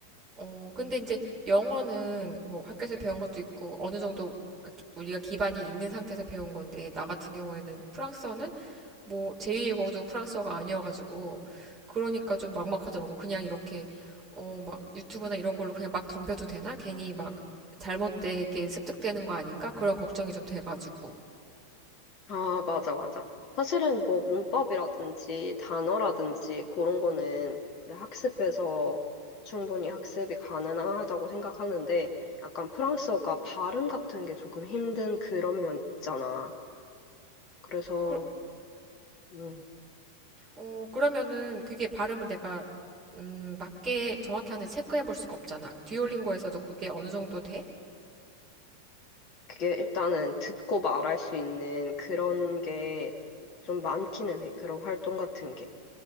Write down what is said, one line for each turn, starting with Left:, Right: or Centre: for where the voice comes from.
Right: 어, 근데 이제 영어는 뭐 학교에서 배운 것도 있고 어느 정도 우리가 기반이 있는 상태에서 배운 건데 나 같은 경우에는 프랑스어는 뭐 제2외국어도 프랑스어가 아니어가지고 그러니까 좀 막막하더라고. 그냥 이렇게 어 막 유튜브나 이런 걸로 그냥 막 덤벼도 되나? 괜히 막 잘못되게 습득되는 거 아닌가? 그런 걱정이 좀 돼가지고.
Left: 아, 맞아, 맞아. 사실은 뭐 문법이라든지 단어라든지 그런 거는 이제 학습해서 충분히 학습이 가능하다고 생각하는데 약간 프랑스어가 발음 같은 게 조금 힘든 그런 면 있잖아. 그래서,
Right: 그,
Left: 음,
Right: 어 그러면은 그게 발음을 내가 음 맞게 정확히 하는지 체크해 볼 수가 없잖아. 듀오링고에서도 그게 어느 정도 돼?
Left: 그게 일단은 듣고 말할 수 있는 그런 게 좀 많기는 해. 그런 활동 같은 게.